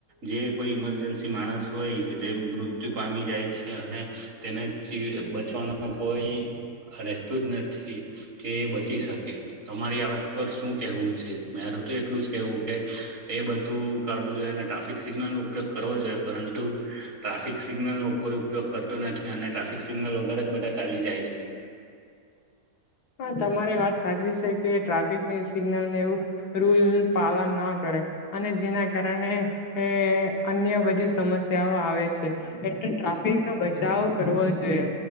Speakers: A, on the right (about 55°); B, on the left (about 85°).
A: જે કોઈ ઈમરજન્સી માણસ હોય જે મૃત્યુ પામી જાય છે અને તેને જીવ બચવાનો કોઈ રેહતું જ નથી કે એ બચી શકે. તમારી આ વાત પર શું કેહવું છે? <inaudible> મારું તો એટલું જ કેવું કે એ બધું કાઢવું જોઈએ. અને ટ્રાફિક સિગ્નલનો ઉપયોગ કરવો જોઈએ. પરંતુ ટ્રાફિક સિગ્નલનો કોઈ ઉપયોગ કરતું નથી. અને ટ્રાફિક સિગ્નલ વગર જ બધા ચાલી જાય છે.
B: હા તમારી વાત સાચી છે. કે ટ્રાફિકની સિગ્નલને એવું રૂલ પાલન ના કરે રે અને જેના કારણે એ અન્ય બધી સમસ્યાઓ આવે છે. એટલે ટ્રા ફિકનો બચાવ કરવો જોઈએ.